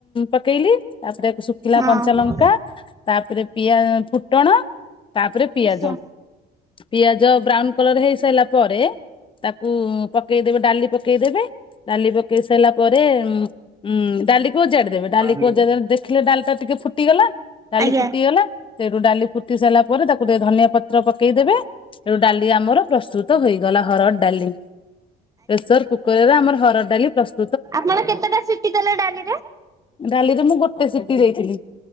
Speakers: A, on the left (about 30°); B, on the right (about 20°).
A: ପକେଇଲି ଖିଲା
B: ହଁ।
A: କଞ୍ଚା ଲଙ୍କା ତାପରେ ପିଆ ଫୁଟଣ ତାପରେ
B: ଆଜ୍ଞା
A: ପିଆଜ। ପିଆଜ ବ୍ରାଉନ କଲର ହେଇସାରିଲା ପରେ ତାକୁ ପକେଇଦବେ ଡାଲି ପକେଇଦେବେ ଡାଲି ପକେଇ ସାରିଲା ପରେ ଉଁ ଉଁ ଡାଲି ଓଜାଡି ବେ ଡାଲିକୁ
B: ହୁଁ
A: ଅଜାଡ଼ି ଦେବ ଦେଖିଲେ ଡାଲି ଟା ଟିକେ ଫୁଟିଗଲା ଡାଲି
B: ଆଜ୍ଞା।
A: ଫୁଟିଗଲା ସେଇଠୁ ଡାଲି ଫୁଟି ସାରିଲା ପରେ ତାକୁ ଟିକେ ଧନିଆ ପତ୍ର ପକେଇଦେବେ ଏଇଠୁ ଡାଲି ଆମର ପ୍ରସ୍ତୁତ ତ ହୋଇଗଲା ହରଡ଼ ଡାଲି ପ୍ରେସର କୁକର ରେ ଆମର ହରଡ଼ ଡାଲି ପ୍ରୁ
B: ଆପଣ କେତେଟା ଶିଟିି ଦେଲେ ଡାଲି ରେ?
A: ଡାଲିରେ ମୁଁ ଗୋଟେ ସିଟି ଦେଇଥିଲି।